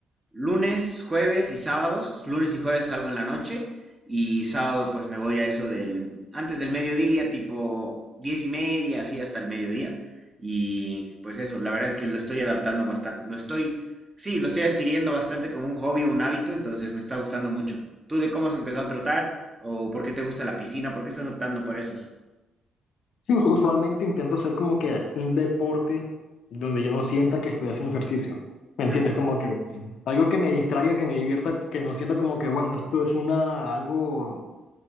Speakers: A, on the right; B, on the left.
A: lunes, jueves y sábados. Lunes y jueves salgo en la noche y sábado pues me voy a eso del antes del mediodía, tipo diez y media, así hasta el mediodía. Y pues eso, la verdad es que lo estoy adaptando bastante, lo estoy, sí, lo estoy adquiriendo bastante como un hobby, un hábito, entonces me está gustando mucho. ¿Tú de cómo has empezado a trotar o por qué te gusta la piscina? ¿Por qué estás optando por esos?
B: Sí, us- usualmente intento hacer como que un deporte donde yo no sienta que estoy haciendo ejercicio. ¿Me
A: Nada.
B: entiendes? Como que Mm. algo que me distraiga, que me divierta, que no sienta como que, bueno, esto es una, algo